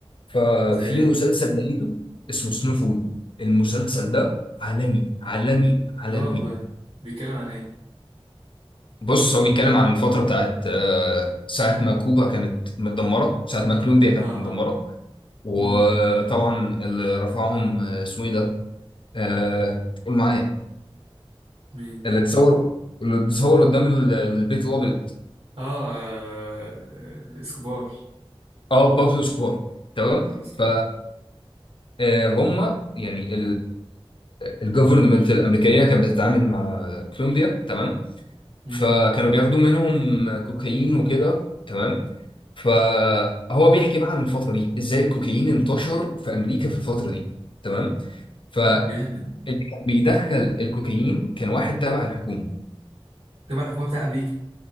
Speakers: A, on the left; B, on the right.
A: ففي
B: زي ايه
A: مسلسل لقيته اسمه سنوفول المسلسل ده عالمي عالمي عالمي
B: لا والله بيتكلم عن ايه
A: بص هو بيتكلم عن الفترة بتاعت آه، ساعة ما كوبا كانت متدمرة ساعة ما كولومبيا كانت
B: اه
A: متدمرة
B: اه
A: وطبعا
B: امم
A: اللي رفعهم آه، اسمه ايه ده آه، قول معايا
B: مين
A: اللي اتصور اللي اتصور قدام ال- البيت الابيض
B: اه آه، اسكوبار
A: اه بابلو اسكوبار تمام
B: بابلو اسكوبار
A: ف آه، هم يعني الجفرمنت الامريكيه كانت بتتعامل مع كولومبيا تمام
B: امم
A: فكانوا بياخدوا منهم كوكايين وكده تمام فهو بيحكي بقى عن الفتره دي ازاي الكوكايين انتشر في امريكا في الفتره دي تمام فاللي
B: جامد
A: كان بيدخل الكوكايين كان واحد تبع الحكومه
B: تبع الحكومه بتاع امريكا